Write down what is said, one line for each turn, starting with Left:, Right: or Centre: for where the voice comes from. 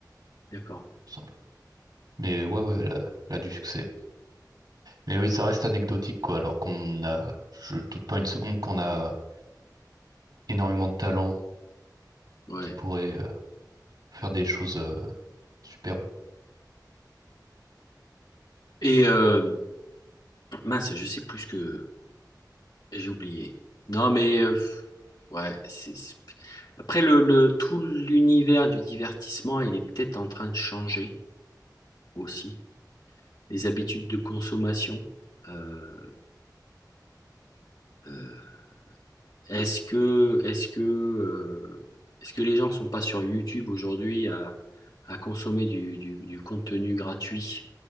Left: d'accord,
Right: il me semble. Mais ouais, ouais, elle a, elle a du succès. Mais oui, ça reste anecdotique, quoi, alors qu'on a, je doute pas une seconde qu'on a énormément de talent
Left: ouais.
Right: qui pourrait euh, faire des choses euh, superbes.
Left: Et euh, mince, je sais plus ce que j'ai oublié. Non, mais euh, ouais, c'est c'est- après le, le tout l'univers du divertissement, il est peut-être en train de changer aussi. Les habitudes de consommation. Euh, euh, Est-ce que, est-ce que, euh, est-ce que les gens ne sont pas sur YouTube aujourd'hui à, à consommer du, du- du contenu gratuit